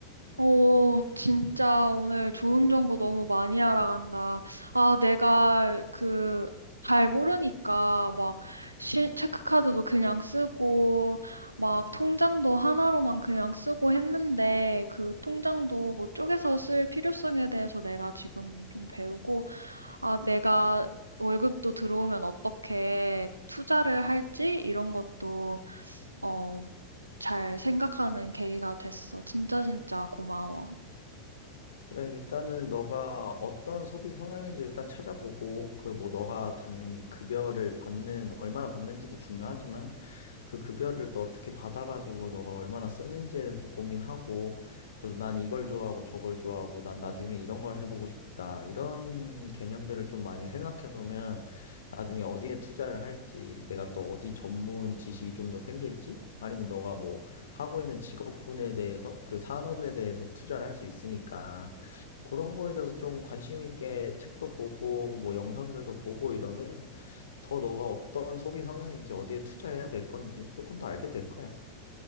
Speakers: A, on the right; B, on the left.
A: 어, 진짜 오늘 좋은 정보 너무 많이 알아간다. 아, 내가 그, 잘 모르니까 막 실- 체크카드도 그냥 쓰고 막 통장도 하나로만 그냥 쓰고 했는데 그 통장도 뭐 쪼개서 쓸 필요성에 대해서 내가 지금 좀 배우고 아, 내가 월급도 들어오면 어떻게 투자를 할지 이런 것도 어, 잘 생각하는 계기가 됐어. 진짜 진짜 고마워.
B: 그래, 일단은 너가 어떤 소비 성향인지 일단 찾아보고, 그 뭐 너가 당연히 급여를 받는, 얼마나 받는지도 중요하지만, 그 급여를 또 어떻게 받아가지고 너가 얼마나 쓰는지에 대해서 고민하고 그래서 난 이걸 좋아하고 저걸 좋아하고 난 나중에 이런 걸 해보고 싶다 이런 개념들을 좀 많이 생각해 놓으면 나중에 어디에 투자를 할지 내가 또 어디 전문 지식이 좀 더 생길지 아니면 너가 뭐 하고 있는 직업군에 대해서 그 산업에 대해서 투자를 할 수 있으니까 그런 거에 대해서 좀 관심 있게 책도 보고 뭐 영상들도 보고 이러면 더 너가 어떤 소비 성향인지 어디에 투자해야 될 건지 조금 더 알게 될 거야.